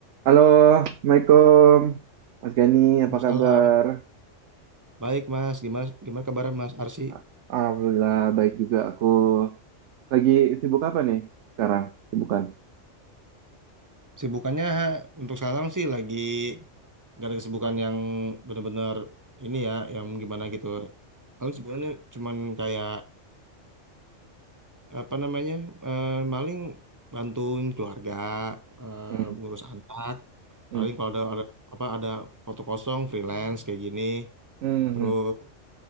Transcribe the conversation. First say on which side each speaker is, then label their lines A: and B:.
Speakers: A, on the right; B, on the right.
A: Halo, Assalamualaikum. Mas Gani, apa
B: Waalaikumsalam.
A: kabar?
B: Baik Mas, gimana gimana kabar Mas Arsi?
A: A- Alhamdulillah, baik juga aku. Lagi sibuk apa nih sekarang? Sibukan.
B: Sibukannya untuk sekarang sih lagi gak ada kesibukan yang benar-benar ini ya, yang gimana gitu. Kalau sebenarnya cuman kayak apa namanya, eh, maling bantuin keluarga, eh,
A: Hmm,
B: ngurus anak.
A: hmm,
B: Paling kalau ada, ada apa ada waktu kosong freelance kayak gini.
A: hmm,
B: Terus
A: hmm.